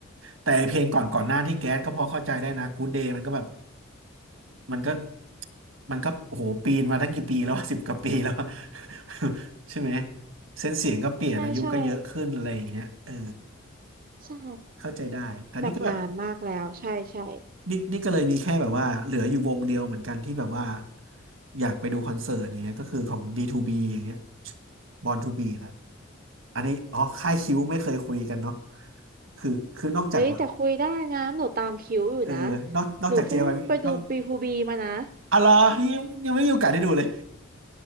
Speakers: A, on the right; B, on the right.
A: แต่ไอเพลงก่อนก่อนหน้าที่แก๊สก็พอเข้าใจได้นะ Good Day มันก็แบบมันก็มันก็โอ้โหปีนมาตั้งกี่ปีแล้ว <laughs> สิบกว่าปีแล้วอะ <laughs> ใช่ไหมเส้นเสียงก็เปลี่ยนอายุก็เยอะขึ้นอะไรอย่างเงี้ยเออ
B: ใช่ใช่ใช่
A: เข้าใจได้แต่นี่ก็แบบ
B: แบบนานมากแล้วใช่ใช่
A: นี่นี่ก็เลยมีแค่แบบว่าเหลืออยู่วงเดียวเหมือนกันที่แบบว่าอยากไปดูคอนเสิร์ตเนี้ยก็คือของ B2B อย่างเงี้ย Born to Be นะอันนี้อ๋อค่ายคิวไม่เคยคุยกันเนาะคือคือนอกจากแบบ
B: เฮ้ยแต่คุยได้นะหนูตามคิวอยู่นะ
A: เออนอกนอกจาก
B: หนูเพิ่งไปดูบีฮูบีมานะ
A: JYP นอกอะไรอยังยังไม่มีโอกาสได้ดูเลย